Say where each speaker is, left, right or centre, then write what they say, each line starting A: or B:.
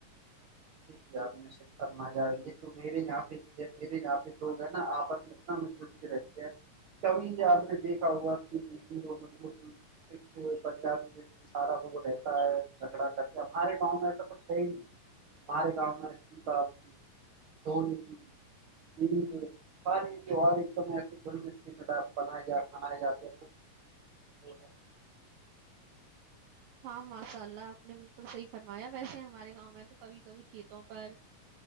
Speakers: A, on the right; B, on the right.
A: یک ہے آپ نے سحیح فرمایا یہ تو میرے یہاں پہ بھی ہے میرے یہاں پہ لوگ ہیں نا آپس میں اتنا مل جل کے رہتے ہیں کبھی آپ نے دیکھا ہوگا کہ ہندو ہو مسلم سکھ پنجابی یہ سارا لوگ رہتا ہے جھگڑا کرتے ہیں ہمارے گاؤں میں ایسا کچھ ہے ہی نہیں ہمارے گاؤں میں سیتای ہولی عید سارے تیوار ایک دم ایسے گھل مل کے منائے جا منائے جاتے ہیں نہیں
B: ہاں ماشاء اللہ آپ نے بالکل صحیح فرمایا ویسے ہمارے گاؤں میں تو کبھی کبھی کھیتوں پر